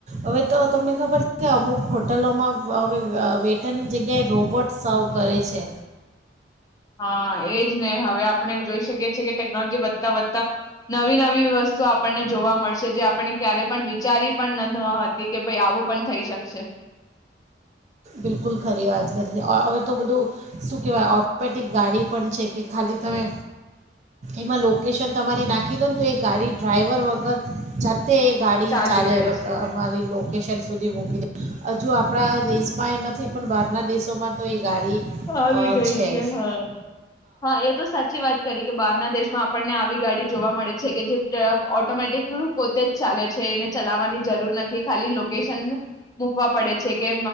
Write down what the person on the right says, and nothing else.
હવે તો તમને ખબર છે કે અમુક હોટલોમાં હવે વેટરની જગ્યાએ રોબોટ સર્વ કરે છે.
બિલકુલ ખરી વાત કરી હવે તો બધું શું કહેવાય ઓટોમેટિક ગાડી પણ છે કે ખાલી તમે એમાં લોકેશન તમારી નાખી દો ને તો એ ગાડી ડ્રાાઈવર વગર જા તે ગાડી
ચાલે
હતા અમારી લોકેશન સુધી મૂકી દ હજુ આપણા દેશ માં એ નથી પણ બહારના દેશોમાં તો એ ગાડી
અ,
જ